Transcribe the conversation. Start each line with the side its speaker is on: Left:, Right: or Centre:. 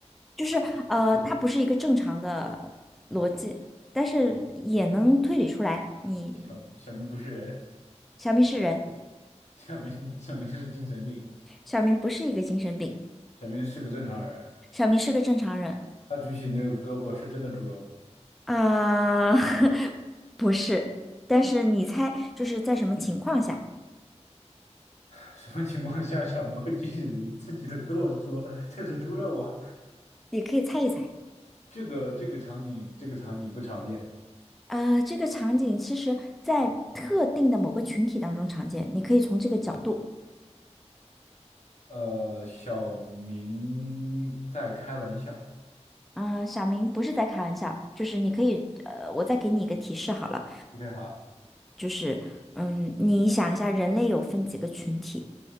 Centre: 就是呃，
Left: 小
Centre: 它不是一个正常的逻辑，但是也能推理出来。你
Left: 小小明不是人，
Centre: 小明是人，
Left: 小明小明是精神病，
Centre: 小明不是一个精神病，
Left: 小明是个正常人。
Centre: 小明是个正常人
Left: 他举起那个胳膊是真的猪肉吗？
Centre: 啊、<laughs> 不是。但是你猜，就是在什么情况下，
Left: <laughs> 什么情况下小明会举起自己的胳膊说这是猪肉啊？
Centre: 你可以猜一猜。
Left: 这个这个场景这个场景不常见。
Centre: 呃，这个场景其实在特定的某个群体当中常见，你可以从这个角度。
Left: 呃，小明在开玩笑。
Centre: 啊、小明不是在开玩笑，就是你可以，呃，我再给你一个提示好了，
Left: OK，好。
Centre: 就是，嗯，你想一下，人类有分几个群体？